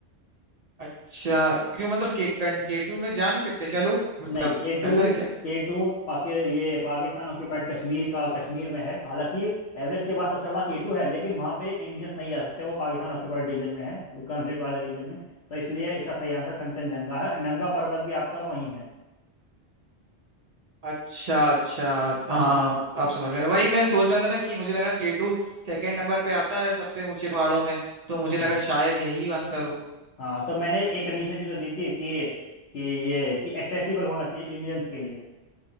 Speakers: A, on the right; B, on the left.
A: अच्छा क्यों मतलब के, कं, केटू में जा नहीं सकते क्या लोग मतलब
B: नहीं के टू
A: ऐसा है क्या
B: के टू पाकि ये पाकिस्तान ऑक्यूपाइड कश्मीर का कश्मीर में है हालांकि एवरेस्ट के बाद सबसे बड़ा के टू है लेकिन वहां पे इंडियंस नहीं जा सकते वो पाकिस्तान ऑक्यूपाइड रीजन में है वो कॉन्फ्लिक्ट वाले रीजन में तो इसलिए इसका सही आंसर कंचनजंगा है नंगा पर्वत भी आपका वहीं है
A: अच्छा अच्छा हाँ
B: आ,
A: आप समझ में वही मैं सोच रहा था ना कि मुझे लगा केटू सेकंड नंबर पे आता है सबसे ऊंचे पहाड़ों में तो मुझे
B: हाँ
A: लगा शायद यही आंसर हो
B: हाँ तो मैंने एक कंडीशन भी तो दी थी कि कि ये कि एक्सेसिबल होना चाहिए इंडियंस के लिए